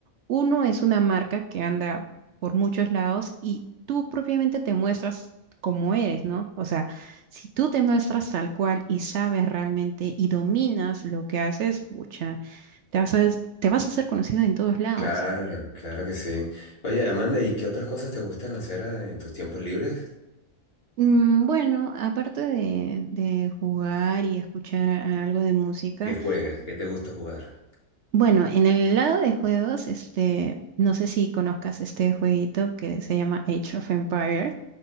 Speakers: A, on the right; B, on the left.
A: uno es una marca que anda por muchos lados y tú propiamente te muestras como eres, ¿no? O sea, si tú te muestras tal cual y sabes realmente y dominas lo que haces, pucha. Te vas a, te vas a hacer conocido en todos lados.
B: Claro, claro que sí. Oye, Amanda, ¿y qué otras cosas te gustan hacer ah, en tus tiempos libres?
A: Mm, Bueno, aparte de, de jugar y escuchar a- algo de música,
B: ¿Qué juegas? ¿Qué te gusta jugar?
A: bueno, en el lado de juegos, este, no sé si conozcas este jueguito que se llama Age of Empire.